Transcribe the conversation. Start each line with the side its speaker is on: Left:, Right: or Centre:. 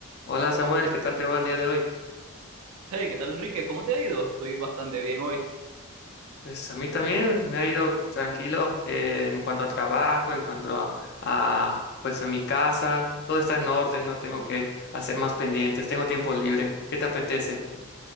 Left: Hola Samuel, ¿qué tal te va el día de hoy?
Right: Hey, ¿qué tal, Enrique? ¿Cómo te ha ido? Estoy bastante bien hoy.
Left: Pues a mí también me ha ido tranquilo eh, en cuanto a trabajo, en cuanto a, a, pues en mi casa, todo está en orden, no tengo que hacer más pendientes, tengo tiempo libre. ¿Qué te apetece?